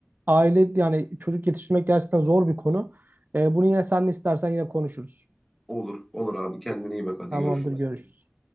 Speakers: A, on the right; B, in the centre.
A: Aile yani çocuk yetiştirmek gerçekten zor bir konu. Ee, bunu yine sen de istersen yine konuşuruz.
B: Olur, olur abi. Kendine iyi bak. Hadi
A: Tamamdır
B: görüşürüz.
A: görüşürüz.